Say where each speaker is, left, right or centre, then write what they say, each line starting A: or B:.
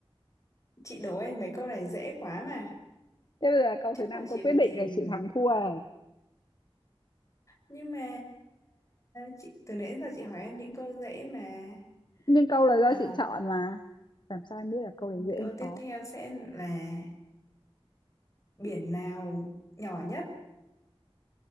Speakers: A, on the left (about 30°); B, on the left (about 50°).
A: chị đố em mấy câu này dễ quá mà.
B: thế bây giờ câu
A: Chắc
B: thứ năm
A: là chị
B: câu quyết
A: phải
B: định
A: tìm
B: là chị thắng thua rồi.
A: Nhưng mà chị từ nãy đến giờ chị hỏi em những câu dễ mà
B: nhưng câu là
A: Ờ,
B: do chị chọn mà làm sao em biết là câu đấy dễ
A: câu
B: hay
A: tiếp
B: khó
A: theo sẽ là biển nào nhỏ nhất?